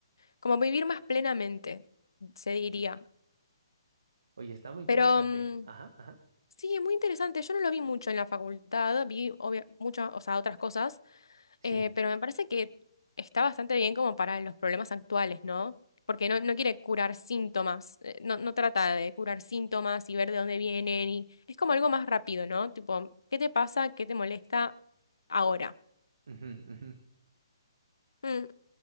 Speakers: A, on the left; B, on the right.
A: Como vivir más plenamente, se diría.
B: Oye, está muy interesante.
A: Pero mm,
B: Ajá, ajá.
A: sí, es muy interesante. Yo no lo vi mucho en la facultad, vi obvia- muchas, o sea, otras cosas,
B: Sí.
A: eh, pero me parece que está bastante bien como para los problemas actuales, ¿no? Porque no, no quiere curar síntomas, eh, no, no trata de curar síntomas y ver de dónde vienen y es como algo más rápido, ¿no? Tipo, ¿qué te pasa? ¿Qué te molesta ahora?
B: Ujú, ujú.
A: Mm,